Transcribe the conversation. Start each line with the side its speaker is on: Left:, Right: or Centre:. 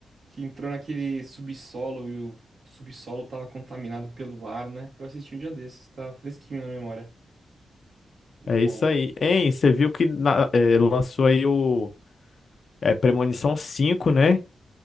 Right: que entrou naquele subsolo e o subsolo tava contaminado pelo ar, né? Eu assisti um dia desses, tá fresquinho na memória. Muito
Left: é
Right: bom.
Left: isso aí. Hein, você viu que na- é, lançou aí o é, Premonição cinco, né?